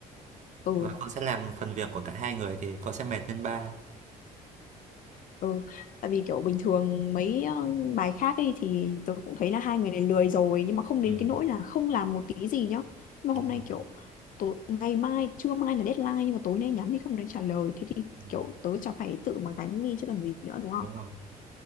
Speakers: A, on the left (about 60°); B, on the right (about 50°).
A: ừ
B: và con sẽ làm phần việc của cả hai người thì cậu sẽ mệt lên ba
A: Ừ, tại vì kiểu bình thường mấy ờ, bài khác ấy thì tôi cũng thấy là hai người này lười rồi nhưng mà không đến
B: ừ,
A: cái nỗi là không làm một tí gì nhá. Nhưng mà
B: đúng
A: hôm
B: rồi
A: nay kiểu tối, ngày mai trưa mai là deadline nhưng mà tối nay nhắn thì không đến trả lời thế thì
B: ừ,
A: kiểu tớ chả phải tự mà gánh đi chứ cần gì nữa đúng không?
B: đúng rồi